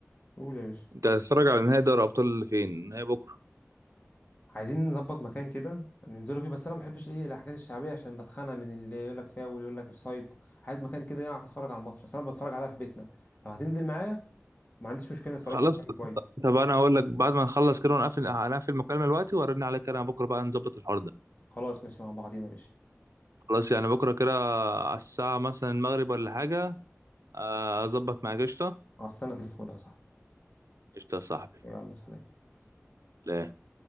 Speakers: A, on the left; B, on the right.
A: قول يا باشا
B: انت هتتفرج على نهائي دوري ابطال اللي فين نهائي بكره
A: عايزين نظبط مكان كده ننزلوا فيه بس انا ما بحبش ايه الحاجات الشعبيه عشان بتخانق من اللي يقول لك فاول يقول لك اوف سايد عايز مكان كده يعرف اتفرج على الماتش بس انا بتفرج عليها في بيتنا لو هتنزل معايا ما عنديش مشكله نتفرجوا
B: خلاص
A: في مكان كويس
B: طب انا هقول لك بعد ما نخلص كده ونقفل هنقفل المكالمه دلوقتي وارن عليك انا بكره بقى نظبط الحوار ده
A: خلاص ماشي مع بعضينا يا باشا
B: خلاص يعني بكره كده على الساعه مثلا المغرب ولا حاجه آه، اظبط معاك قشطه
A: على السنه تليفونك يا صاحبي
B: قشطه يا صاحبي
A: يلا سلام
B: لا